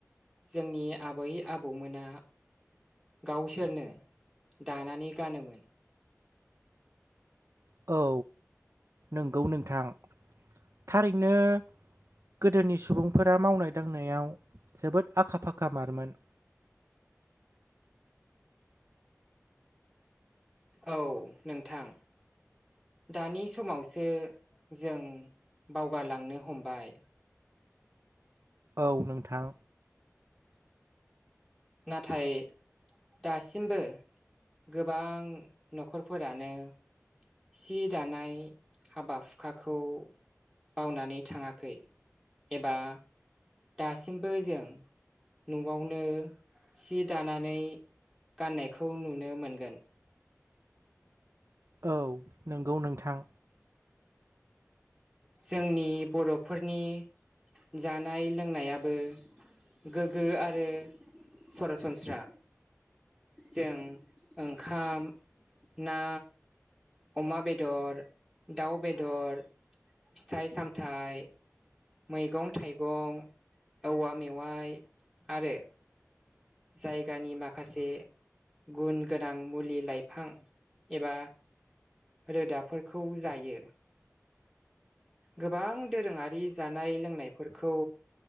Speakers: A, in the centre; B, on the right (about 60°).
A: जोंनि आबै आबौमोना गावसोरनो दानानै गानोमोन
B: औ नंगौ नोंथां थारैनो गोदोनि सुबुंफोरा मावनाय दांनायाव जोबोद आखा फाखामारमोन
A: औ नोंथां दानि समावसो जों बावगारलांनो हमबाय
B: औ नोंथां
A: नाथाय दासिमबो गोबां न'खरफोरानो सि दानाय हाबा हुखाखौ बावनानै थाङाखै एबा दासिमबो जों न'आवनो सि दानानै गाननायखौ नुनो मोनगोन।
B: औ नंगौ नोंथां
A: जोंनि बर'फोरनि जानाय लोंनायाबो गोग्गो आरो सरासनस्रा जों ओंखाम ना अमा बेदर, दाउ बेदर, फिथाइ सामथाइ मैगं थाइगं, औवा मेवाइ आरो जायगानि माखासे गुन गोनां मुलि लाइफां एबा रोदाफोरखौ जायो गोबां दोरोङारि जानाय लोंनायफोरखौ